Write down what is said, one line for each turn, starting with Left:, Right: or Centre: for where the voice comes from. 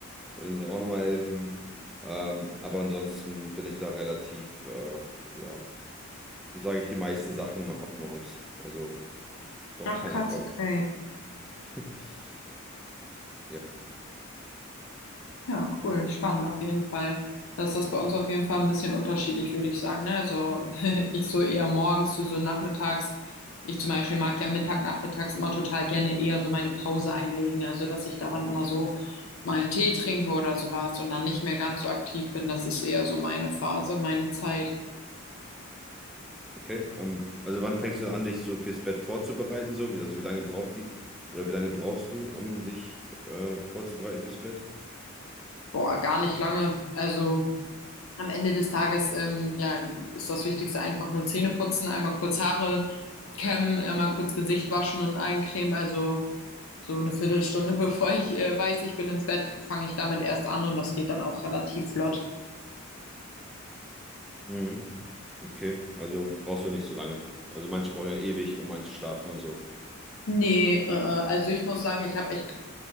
Centre: und ihm da auch nochmal helfen. Ähm, aber ansonsten bin ich da relativ, äh, ja, wie sage ich, die meisten Sachen immer ab morgens. Also braucht
Left: Ach
Centre: keiner
Left: krass,
Centre: kommen.
Left: okay.
Centre: <laughs> Ja.
Left: Ja, cool, spannend auf jeden Fall. Das ist das bei uns auf jeden Fall ein bisschen unterschiedlich, würde ich sagen. Ne? Also <laughs> ich so eher morgens, du so nachmittags. Ich zum Beispiel mag ja Mittag, nachmittags immer total gerne eher so meine Pause einlegen. Also dass ich da dann immer so mal einen Tee trinke oder sowas und dann nicht mehr ganz so aktiv bin. Das ist eher so meine Phase, meine Zeit.
Centre: Okay, ähm, also wann fängst du an, dich so fürs Bett vorzubereiten? So? Wie, also wie lange braucht die oder wie lange brauchst du, um sich äh, vorzubereiten fürs Bett?
Left: Boah, gar nicht lange. Also am Ende des Tages, ähm, ja, ist das Wichtigste einfach nur Zähne putzen, einmal kurz Haare kämmen, einmal kurz Gesicht waschen und eincremen. Also So eine Viertelstunde, <laughs> bevor ich äh, weiß, ich will ins Bett, fange ich damit erst an und das geht dann auch relativ flott.
Centre: Mhm. Okay, also brauchst du nicht so lange. Also manche brauchen ja ewig, um einzuschlafen und so.
Left: Nee, äh, äh, also ich muss sagen, ich habe echt,